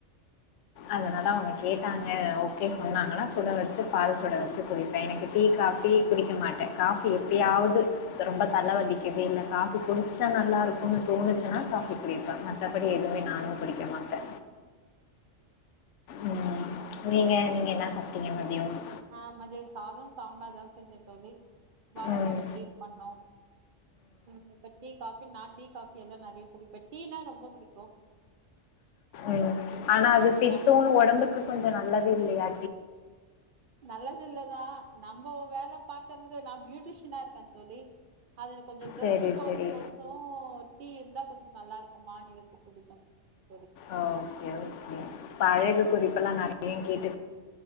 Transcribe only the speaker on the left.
அதனால அவங்க கேட்டாங்க ஓகே சொன்னாங்கனா சுட வச்சு பால் சுட வச்சு குடிப்பே எனக்கு டீ காஃபி குடிக்க மாட்டே காஃபி எப்பயாவது ரொம்ப தலை வலிக்குது இல்ல காஃபி குடிச்சா நல்லா இருக்கும்னு தோணுச்சுனா குடிப்பே மத்தபடி எதுவுமே நானும் குடிக்க மாட்டே ம்
நீங்க நீங்க என்ன சாப்டீங்க மத் <unintelligible>
ம்.
ம் ஆனா அது
பித்ததோ ஓடம்புக்கு கொஞ்சம் நல்லது இல்லையா
சரி,
சரி.
ஆ ஓகே ஓகே இப்ப அழகு குறிப்பெல்லா நெறைய கேட்டுட்